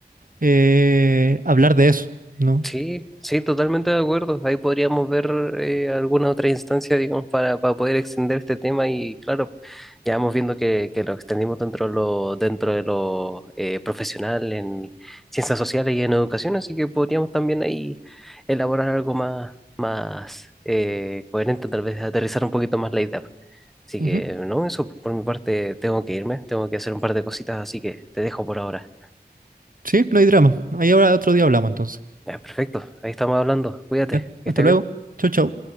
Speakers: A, on the right; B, in the centre.
A: eh, hablar de eso, ¿no?
B: Sí, sí, totalmente de acuerdo. Ahí podríamos ver eh, alguna otra instancia, digamos, para, para poder extender este tema y claro, ya vamos viendo que, que lo extendimos dentro de lo, dentro de lo eh, profesional en ciencias sociales y en educación, así que podríamos también ahí elaborar algo más, más eh, coherente, tal vez aterrizar un poquito más la idea. Así
A: Ujú.
B: que no, eso por mi parte tengo que irme, tengo que hacer un par de cositas, así que te dejo por ahora.
A: Sí, no hay drama. Ahí ahora otro día hablamos entonces.
B: Ya, perfecto, ahí estamos hablando. Cuídate,
A: Ya,
B: que
A: hasta
B: estés
A: luego.
B: bien.
A: Chau, chau.